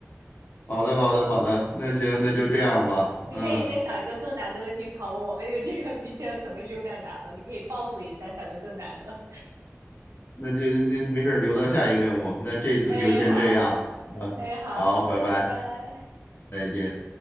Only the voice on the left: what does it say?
这好的，好的，好的，那行，那就这样吧。
嗯，
那就那没事儿，留到下一个任务。那这次就先这样，
好，拜拜，
再见。